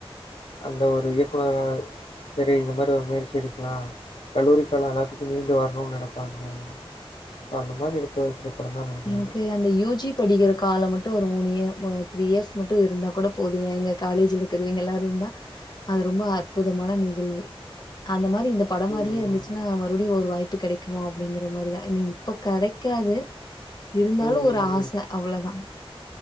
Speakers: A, on the left (about 75°); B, on the left (about 45°).
A: அந்த ஒரு இயக்குனரா சரி இந்த மாரி ஒரு முயற்சி எடுக்கலாம் கல்லூரி கால எல்லாத்துக் மீண்டு வரணும்னு நினைப்பாங்க இப்போ அந்த மாரி எடுத்து ஒருசில படம் தான் நினைக்கிறா
B: எனக்கு
A: இது
B: அந்த யூஜி படிக்கிற காலம் மட்டும் ஒரு மூணு இயர் மு த்ரீ இயர்ஸ் மட்டும் இருந்தா கூட போதும்ங்க ஏன் எங்க காலேஜிலே நீங்களா இருந்தா அது ரொம்ப அற்புதமான நிகழ்வு அந்த மாரி இந்த பட மாரியே
A: ம்,
B: இருந்துச்சுனா
A: ம்.
B: மறுபடி ஒரு வாய்ப்பு கிடைக் குமா அப்டிங்கிற மாரிதான் இந் இப்ப கிடைக்காது இருந்தாலும்
A: ம்,
B: ஒரு
A: ம்,
B: ஆச அவ்ளோதா